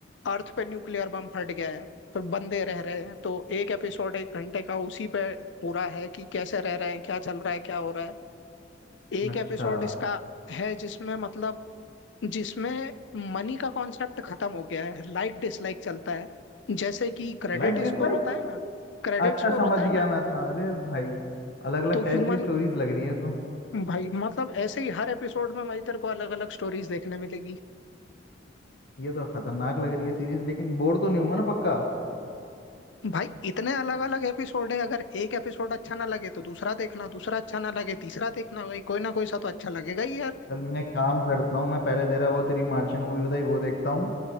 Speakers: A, on the left; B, on the left.
A: अर्थ पे न्यूक्लियर बम फट गया है तो बंदे रह रहे हैं तो एक एपिसोड एक घंटे का उसी पे पूरा है कि कैसे रह रहे हैं क्या चल रहा है क्या हो रहा है एक
B: अच्छा
A: एपिसोड इसका है जिसमें मतलब जिसमें मनी का कॉन्सेप्ट खत्म हो गया है लाइक डिसलाइक चलता है जैसे कि क्रेडिट
B: Like dislike
A: स्कोर होता है ना क्रेडिट
B: अच्छा
A: स्कोर
B: समझ
A: होता
B: गया
A: है ना
B: मैं सा- अरे भाई अलग अलग
A: तो ह्यूमन
B: टाइप की स्टोरीज लग रही है तो
A: भाई मतलब ऐसे ही हर एपिसोड में भाई तेरे को अलग अलग स्टोरीज देखने मिलेगी
B: ये तो खतरनाक लग रही है सीरीज लेकिन बोर तो नहीं होगा ना पक्का
A: भाई इतने अलग अलग एपिसोड है अगर एक एपिसोड अच्छा ना लगे तो दूसरा देखना दूसरा अच्छा ना लगे तीसरा देखना भाई कोई ना कोई सा तो अच्छा लगेगा ही यार
B: चल मैं काम करता हूँ मैं पहले तेरा वो तेरी मार्शियन मूवी बताई वो देखता हूँ